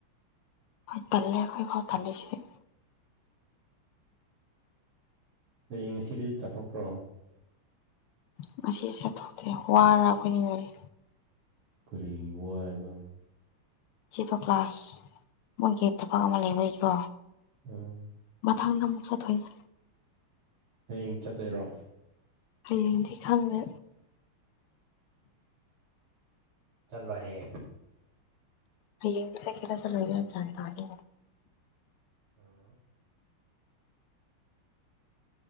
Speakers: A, on the left (about 80°); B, on the right (about 85°).
A: ꯍꯣꯏ ꯇꯜꯂꯦ ꯑꯩꯈꯣꯏꯐꯥꯎ ꯇꯜꯂꯤꯁꯤꯗꯤ
B: ꯍꯌꯦꯡ ꯉꯁꯤꯗꯤ ꯆꯠꯊꯣꯛꯇ꯭ꯔꯣ
A: ꯉꯁꯤ ꯆꯠꯊꯣꯛꯇꯦ ꯋꯥꯔ ꯑꯩꯈꯣꯏꯅꯤ ꯂꯩꯔꯤ
B: ꯀꯔꯤꯒꯤ ꯋꯥꯏꯑꯕ
A: ꯁꯤꯗꯣ ꯀ꯭ꯂꯥꯁ ꯃꯣꯏꯒꯤ ꯊꯕꯛ ꯑꯃ ꯂꯩꯕꯒꯤꯀꯣ
B: ꯎꯝ
A: ꯃꯊꯪꯗ ꯑꯃꯨꯛ ꯆꯠꯊꯣꯏꯅꯦ
B: ꯍꯌꯦꯡ ꯆꯠꯗꯩꯔꯣ
A: ꯍꯌꯦꯡꯗꯤ ꯈꯪꯗꯦ
B: ꯆꯜꯂꯣꯏꯍꯦ
A: ꯍꯌꯦꯡꯗꯤ ꯆꯠꯀꯦꯔ ꯆꯂꯣꯏꯔ ꯒ꯭ꯌꯥꯟ ꯇꯥꯗꯦ
B: ꯑꯥ